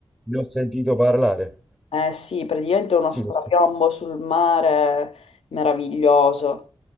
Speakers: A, in the centre; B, on the left.
A: ne ho sentito parlare.
B: eh sì, praticamente uno
A: Sì,
B: strapiombo
A: ne ho sen-
B: sul mare meraviglioso.